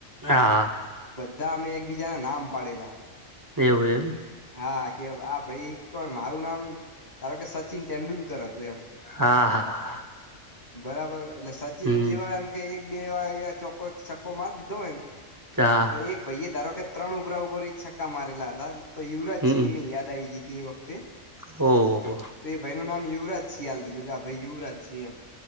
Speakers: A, on the right (about 20°); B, on the left (about 35°).
A: હા
B: બા અમે એકબીજા ના નામ પાડેલા
A: એવું એમ
B: હા કે આ ભાઈ કોણ મારું નામ ધારો કે સચિન તેંડુલકર હતું એમ
A: હા હા
B: બરાબર એટલે સચિન
A: હમ્મ
B: જેવા એમ કે એક બે એવા ચોકો છક્કો મારી દીધો હોયને
A: હા
B: એક ભાઈ એ ધારો કે ત્રણ ઉભરા ઉપર છક્કા મારેલા હતા તો યુવરાજ
A: હમ્મ
B: સિંઘ ની યાદ આવી ગઈ હતી એ વખતે
A: ઓહ
B: તો એ ભાઈ નું નામ યુવરાજ શિયાલ દીધું કે આ ભાઈ યુ રાજત છે એમ